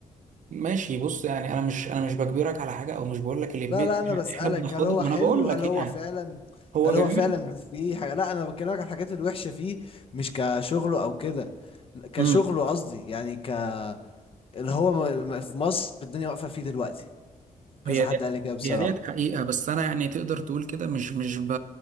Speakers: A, on the right (about 65°); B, on the left (about 40°).
A: ماشي بص يعني انا مش انا مش بجبرك على حاجه او مش بقول لك الامبيد
B: لا لا انا بسالك
A: احنا بناخدها
B: هل هو
A: ما
B: حلو
A: انا بقول
B: هل
A: لك
B: هو
A: يعني
B: فعلا
A: هو
B: هل
A: جميل
B: هو فعلا فيه حاجه لا انا بكلمك عن الحاجات الوحشه فيه مش كشغله او كده كشغله
A: امم
B: قصدي يعني ك اللي هو م- م- في مصر الدنيا واقفة فيه دلوقتي كذا
A: هي
B: حد
A: دي
B: قال لي كده بصراحة
A: هي ديت حقيقه بس انا يعني تقدر تقول كده مش مش ب